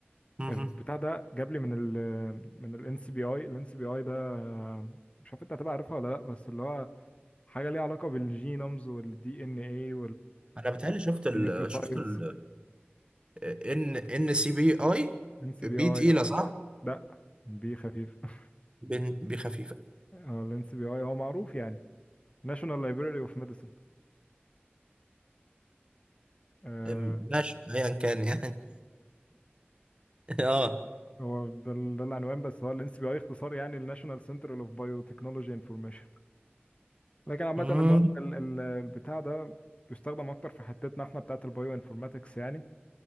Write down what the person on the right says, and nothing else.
مهم.
انا بتهيألي شفت ال
شفت ال ان ان سي بي اي
بي
تقيله
صح؟
بن- بي خفيفه
أم، ماشي ايا كان يعني <laughs> اه
مم.